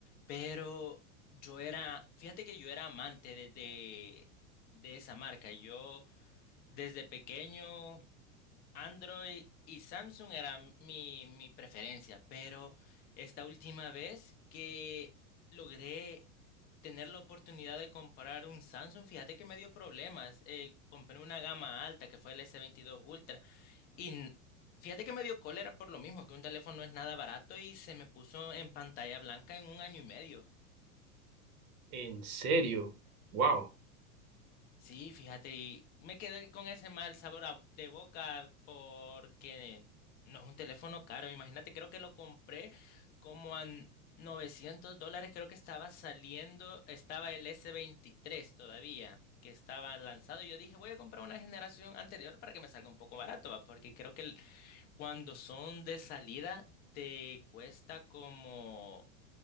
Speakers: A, on the left; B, on the right.
A: pero yo era, fíjate que yo era amante de, de de esa marca. Yo desde pequeño Android y Samsung era mi, mi preferencia, pero esta última vez que logré tener la oportunidad de comprar un Samsung, fíjate que me dio problemas. Eh, compré una gama alta que fue el S22 Ultra y n- fíjate que me dio cólera por lo mismo, que un teléfono no es nada barato y se me puso en pantalla blanca en un año y medio.
B: ¿En serio? Wow.
A: Sí, fíjate, y me quedé con ese mal sabor a- de boca porque no es un teléfono caro. Imagínate, creo que lo compré como a n- 900 dólares. Creo que estaba saliendo, estaba el S23 todavía, que estaba lanzado. Y yo dije, voy a comprar una generación anterior para que me salga un poco barato, va, Porque creo que el- cuando son de salida te cuesta como